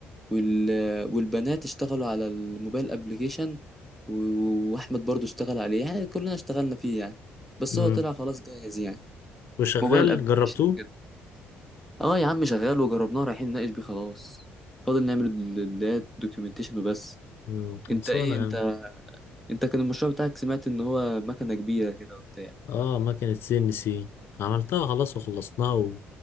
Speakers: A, in the centre; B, on the left (about 60°).
A: وال والبنات اشتغلوا على الموبايل ابليكيشن و- واحمد برضو اشتغل عليه يعني كلنا اشتغلنا فيه يعني بس
B: امم
A: هو طلع خلاص جاهز يعني
B: وشغال
A: موبايل ابليكيشن
B: جربتوه
A: وكده اه يا عم شغال وجربناه رايحين نناقش بيه خلاص فاضل نعمل اللي هي الدوكيومنتيشن وبس
B: امم خلصانه
A: انت ايه
B: يا
A: انت
B: عم
A: انت كان المشروع بتاعك سمعت ان هو مكنه كبيره كده وبتاع
B: اه مكنه سي ان سي عملتها خلاص وخلصناها